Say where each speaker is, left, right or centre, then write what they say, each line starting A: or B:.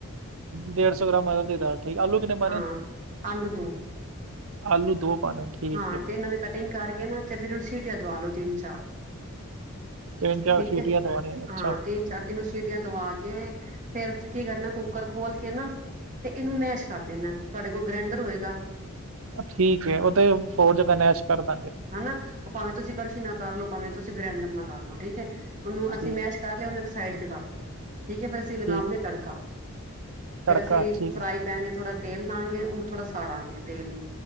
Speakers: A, on the right; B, on the right.
A: ਡੇਢ ਸੌ ਗ੍ਰਾਮ ਹਰ ਹਰ ਦੀ ਦਾਲ, ਠੀਕ ਐ ਆਲੂ ਕਿੰਨੇ ਪਾਣੇ
B: ਹਾਂ
A: ਨ?
B: ਆਲੂ ਦੋ
A: ਆਲੂ ਦੋ ਪਾਣੇ ਠੀਕ
B: ਹਾਂ
A: ਹੈ
B: ਤੇ ਇਹਨਾਂ ਨੇ ਕਟਿੰਗ ਕਰਕੇ ਨਾ ਤੇ ਫਿਰ ਓਨੁ ਸੀਟੀਆਂ ਦਵਾ ਲੋ ਤਿੰਨ ਚਾਰ।
A: ਤਿੰਨ ਚਾਰ
B: ਠੀਕ
A: ਸੀਟੀਆਂ
B: ਐ
A: ਦਵਾਣੇ ਅੱਛਾ
B: ਹਾਂ ਤਿੰਨ ਇਹਨੂੰ ਸਿਟੀਆਂ ਦਵਾ ਕੇ ਫੇਰ ਕੀ ਕਰਨਾ? ਕੁੱਕਰ ਖੋਲ ਕੇ ਨਾ ਤੇ ਇਹਨੂੰ ਮੈਸ਼ ਕਰ ਦੇਂਨਾ ਐ, ਤੁਹਾਡੇ ਕੋਲ ਗ੍ਰੈਂਡਰ ਹੋਏਗਾ?
A: ਠੀਕ ਐ, ਉਹ ਤੇ ਹੋਰ ਜਾਦਾ ਮੈਸ਼ ਕਰ ਦਾਂਗੇ।
B: ਹਨਾ ਉਹ ਭਾਵੇਂ ਤੁਸੀਂ ਕੜਸ਼ੀ ਨਾ ਕਰ ਲੋ, ਭਾਵੇਂ ਤੁਸੀਂ ਗ੍ਰੈਂਡਰ ਨਾ ਕਰ ਲਓ, ਠੀਕ ਹੈ ਉਹਨੂੰ ਅਸੀਂ
A: ਠੀਕ
B: ਮੈਸ਼ ਕਰ ਲਿਆ ਹੁਨ ਇੱਕ ਸਾਈਡ ਤੇ ਕਰ ਦੋ, ਠੀਕ ਐ ਫੇਰ ਅਸੀਂ ਲਗਾਵਾਂਗੇ
A: ਠੀਕ
B: ਤੜਕਾ।
A: ਤੜਕਾ
B: ਫੇਰ ਅਸੀਂ
A: ਠੀਕ
B: ਫਰਾਈ
A: ਹੈ।
B: ਪੈਨ ਥੋੜਾ ਤੇਲ ਲਾਂਗੇ, ਉਹਨੂੰ ਥੋੜਾ ਸਾੜਾਂਗੇ ਤੇਲ ਨੂੰ।